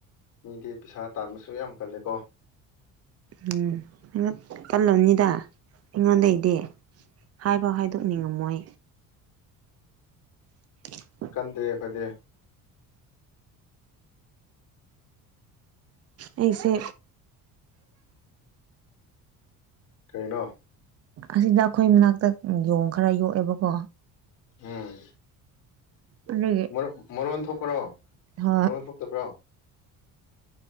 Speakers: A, on the left; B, on the right.
A: ꯃꯤꯗꯤ ꯄꯩꯁꯥ ꯇꯥꯟꯕꯁꯨ ꯌꯥꯝ ꯀꯜꯂꯤꯀꯣ
B: ꯎꯝ ꯉꯛ ꯀꯜꯂꯝꯅꯤꯗ ꯑꯩꯉꯣꯟꯗꯩꯗꯤ ꯍꯥꯏꯕꯥꯎ ꯍꯥꯏꯗꯣꯛꯅꯤꯡꯉꯝꯃꯣꯏ <inaudible>
A: ꯀꯟꯗꯦ ꯑꯈꯣꯏꯗꯤ
B: ꯑꯩꯁꯦ
A: ꯀꯩꯅꯣ
B: ꯑꯁꯤꯗ ꯑꯩꯈꯣꯏ ꯃꯅꯥꯛꯇꯥ ꯎꯡ ꯌꯣꯡ ꯈꯔ ꯌꯣꯛꯑꯦꯕꯀꯣ
A: ꯎꯝ
B: ꯑꯗꯨꯒꯤ
A: ꯃꯔꯣꯟ ꯃꯔꯣꯟ ꯊꯣꯛꯄ꯭ꯔꯣ
B: ꯍꯣꯏ
A: ꯃꯔꯣꯟ ꯊꯣꯛ ꯇꯥꯕ꯭ꯔꯣ